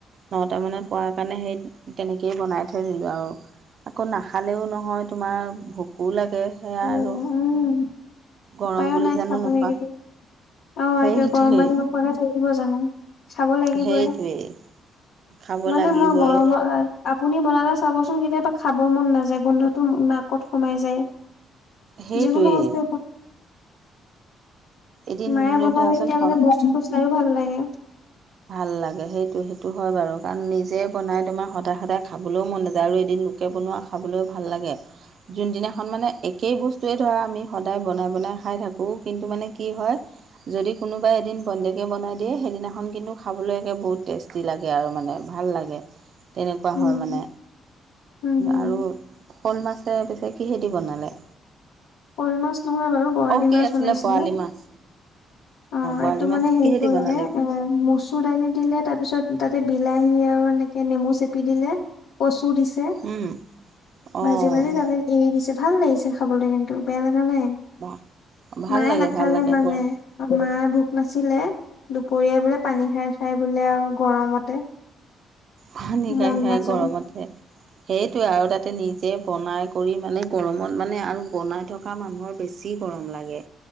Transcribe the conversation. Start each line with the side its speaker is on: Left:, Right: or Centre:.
Right: নটা মানত পোৱাৰ কাৰণে সেই তেনেকেই বনাই থৈ দিলো আৰু। আকৌ নাখালেও নহয় তোমাৰ ভোকো লাগে। সেয়া
Left: উম
Right: আৰু, গৰম
Left: উপায়ো
Right: বুলি
Left: নাই
Right: জানো
Left: চাব
Right: নোখোৱা
Left: লাগিব, অ'
Right: সেইটোৱেই
Left: এইটোয়ে গৰম পানী নোখোৱাকে থাকিব জানো। খাব লাগিবই,
Right: সেইটোৱেই খাব
Left: মানে
Right: লাগিবই
Left: মই গৰমৰ আপুনি বনালে চাবচোন কেতিয়াবা খাব মন নাযায় গোন্ধটো নাকত সোমাই যায়।
Right: সেইটোৱেই
Left: যিকোনো বস্তু
Right: এদিন
Left: মায়ে
Right: ধৰাচোন
Left: বনালে এতিয়া মানে বস্তুটো চাইও ভাল লাগে।
Right: ভাল লাগে সেইটো সেইটো হয় বাৰু কাৰণ নিজে বনাই তোমাৰ সদায় সদায় খাবলৈও মন নাযায়, আৰু এদিন লোকে বনোৱা‌ খাবলৈও ভাল লাগে। যোনদিনাখন মানে একেই বস্তুৱেই ধৰা আমি সদায় বনাই বনাই খাই থাকোঁ কিন্তু মানে কি হয়, যদি কোনোবাই এদিন বন্দেকে বনাই দিয়ে সেইদিনাখন কিন্তু খাবলৈ বহুত টেষ্টি লাগে আৰু মানে ভাল লাগে। তেনেকুৱা
Left: উম
Right: হয় মানে,
Left: উম হম
Right: আৰু শ'ল মাছে বেছ কিহেদি বনালে?
Left: ক'ল মাছ নহয় বাৰু বৰালি
Right: অ' কি
Left: মাছ
Right: আছিলে
Left: বনাইছিলে।
Right: বৰালি মাছ
Left: অ'
Right: বৰালি
Left: এইটো
Right: মাছ
Left: মানে হেৰি
Right: কিহেদি
Left: কৰিলে
Right: বনালে
Left: মচুৰ দালি দিলে তাৰপিছত তাতে বিলাহী আৰু এনেকে নেমু চেপি দিলে। কচু দিছে,
Right: উম, অ'
Left: ভাজি ভাজি জালে এৰি দিছে, ভাল লাগিছে খাবলৈ কিন্তু বেয়া লগা নাই।
Right: ভাল
Left: মায়ে
Right: লাগে
Left: নাখালে
Right: ভাল লাগে
Left: মানে।
Right: গৰম
Left: আমাৰ ভোক নাছিলে, দুপৰীয়া বোলে পানী খাই খাই বোলে আৰু গৰমতে
Right: ভানী খাই
Left: মন
Right: খাই
Left: নাযায়
Right: গৰমতে, সেইটোৱে আৰু তাতে নিজে বনাই কৰি মানে গৰমত মানে আৰু বনাই থকা মানুহৰ বেছি গৰম লাগে।